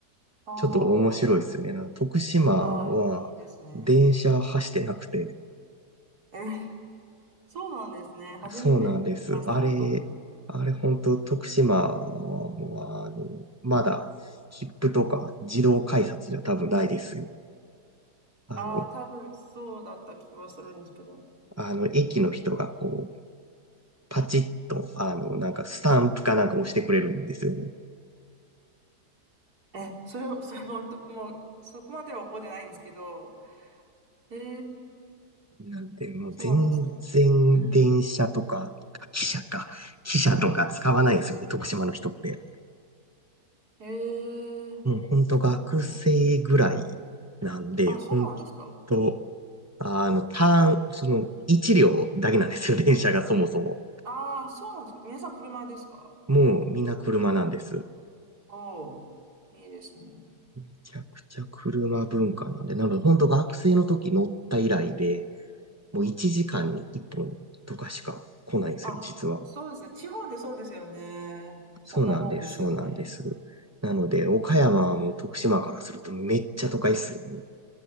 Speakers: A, on the right; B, on the right.
A: あー
B: ちょっと面白いっすね。なんか徳島は電車走ってなくて。
A: あー、いいですね。えー、そうなんですね。初めて来ました、
B: そうなんです。あれ、
A: 本当に。
B: あれ本当徳島はもうあの、まだ切符とか自動改札じゃ多分ないですよ。あの、
A: ああ、多分そうだった気はするんですけど。
B: あの、駅の人がこう、パチッと、あの、なんかスタンプかなんか押してくれるんですよね。
A: え、それを、それも、ともう、そこまでは覚えてないんですけど、ええ、
B: なんで、もう全然電車とか、
A: そうなんですね。
B: あ汽車か、汽車とか使わないんですよね、徳島の人って。
A: ええ、
B: もうほんと学生ぐらい
A: それは、
B: なんで、
A: あ、
B: ほん
A: そうなんですか。
B: と、あの、ターン、その、一両だけなんですよ、<laughs> 電車がそもそも。
A: ああ、そうなんですか。皆さん車ですか
B: もうみんな車なんです。
A: おおー、いいですね。
B: めちゃくちゃ車文化なんで、なのでほんと学生の時乗った以来で、もう1時間に1本とかしか来ないんですよ、
A: あ、
B: 実は。
A: そうですね。地方でそうですよね。そんなもんですよね。
B: そうなんです、そうなんです。なので、岡山はもう徳島からするとめっちゃ都会っすよ。